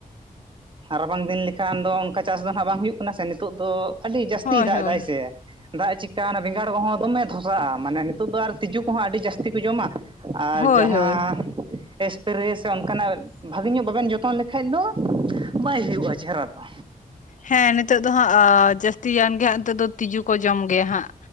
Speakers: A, on the right (about 35°); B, on the left (about 60°).
A: ᱨᱟᱵᱟᱝ ᱫᱤᱱ ᱞᱮᱠᱷᱟᱱ ᱫᱚ ᱚᱱᱠᱟ ᱪᱟᱥ ᱫᱚ ᱦᱟᱸᱜ ᱵᱟᱝ ᱦᱩᱭᱩᱜ ᱠᱟᱱᱟ ᱥᱮ ᱱᱤᱛᱳᱜ ᱫᱚ ᱟᱹᱰᱤ ᱡᱟᱹᱥᱛᱤ
B: ᱦᱳᱭ
A: ᱫᱟᱜ
B: ᱦᱳᱭ
A: ᱫᱟᱭ ᱥᱮ ᱫᱟᱜ ᱪᱤᱠᱟ ᱵᱮᱸᱜᱟᱲ ᱠᱚᱦᱚᱸ ᱫᱚᱢᱮ ᱫᱷᱚ ᱥᱟᱜᱼᱟ ᱢᱟᱱᱮ ᱱᱤᱛᱚᱜ ᱫᱚ ᱟᱨ ᱛᱤᱡᱩ ᱠᱚᱦᱚᱸ ᱟᱹᱰᱤ ᱡᱟᱹᱥᱛᱤ ᱠᱚ ᱡᱚᱢᱟ ᱟᱨ
B: ᱦᱳᱭ
A: ᱡᱟᱦᱟᱸᱻ
B: ᱦᱳᱭ
A: ᱮᱥᱯᱮᱨᱮᱥ ᱚᱱᱠᱟᱱᱟᱜ ᱵᱷᱟᱜᱤ‌ ᱧᱚᱜ ᱵᱟᱵᱮᱱ ᱡᱚᱛᱚᱱ ᱞᱮᱠᱟᱡ ᱫᱚ ᱵᱟᱭ ᱦᱩᱭᱩᱜᱼᱟ ᱪᱮᱦᱨᱟ ᱫᱚ᱾
B: ᱦᱮᱸ ᱱᱤᱛᱳᱜ ᱫᱚ ᱦᱟᱸᱜ ᱟᱻ ᱡᱟᱹᱥᱛᱤᱭᱟᱱ ᱜᱮ ᱦᱟᱸᱜ ᱱᱤᱛᱚᱜ ᱫᱚ ᱛᱤᱡᱩ ᱠᱚ ᱡᱚᱢ ᱜᱮᱭᱟ ᱦᱟᱸᱜ᱾